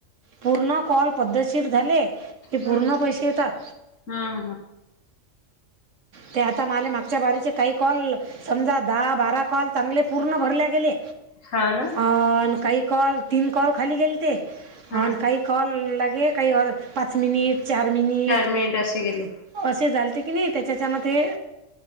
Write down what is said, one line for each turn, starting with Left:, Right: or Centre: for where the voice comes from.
Right: पूर्ण कॉल पद्धतशीर झाले, की पूर्ण
Left: हम्म
Right: पैसे येतात.
Left: हम्म, हम्म.
Right: ते आता माले मागच्या बारीचे काही कॉल समजा दहा, बारा कॉल चांगले पूर्ण भरले गेले
Left: हा ना?
Right: अन काही कॉल तीन कॉल खाली गेलते
Left: हम्म
Right: आणि काही कॉल लागे काही आर पाच मिनिट, चार मिनिट
Left: चार असे गेले
Right: असे झालते की नाही. त्याच्याच्यानं ते